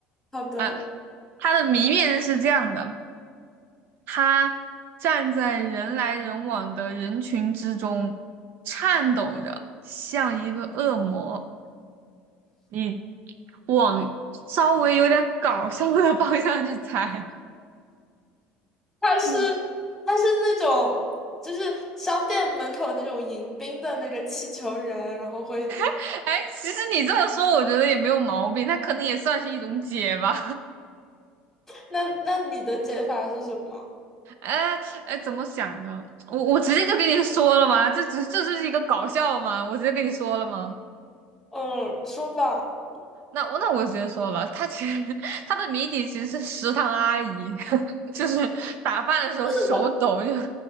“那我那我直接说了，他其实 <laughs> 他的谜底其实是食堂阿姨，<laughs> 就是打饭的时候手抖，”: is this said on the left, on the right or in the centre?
Right